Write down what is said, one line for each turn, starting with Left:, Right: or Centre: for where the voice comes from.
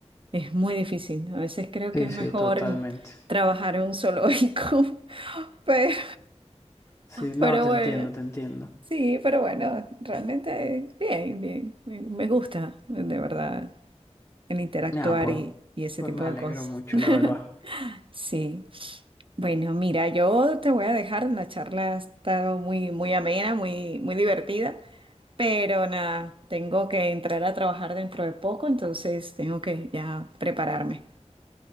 Right: es muy difícil. A veces creo
Left: Sí,
Right: que es
Left: sí,
Right: mejor
Left: totalmente.
Right: trabajar en un zoológico, <laughs> pero...
Left: Sí, no,
Right: Pero
Left: te
Right: bueno,
Left: entiendo, te entiendo.
Right: sí, pero bueno, realmente bien, bien, me me gusta, de verdad, el interactuar
Left: Nada, pues,
Right: y, y ese
Left: pues
Right: tipo
Left: me alegro
Right: de cosas.
Left: mucho,
Right: <laughs>
Left: la verdad.
Right: Sí, bueno, mira, yo te voy a dejar, la charla ha estado muy, muy amena, muy, muy divertida, pero nada, tengo que entrar a trabajar dentro de poco, entonces tengo que ya prepararme.